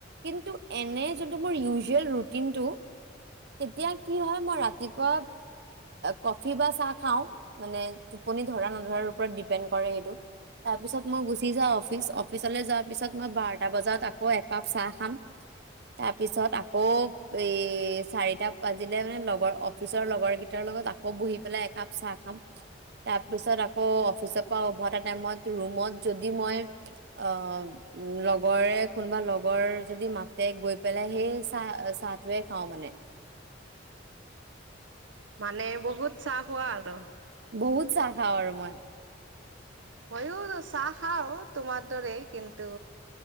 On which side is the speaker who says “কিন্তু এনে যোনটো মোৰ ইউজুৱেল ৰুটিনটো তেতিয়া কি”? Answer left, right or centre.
Right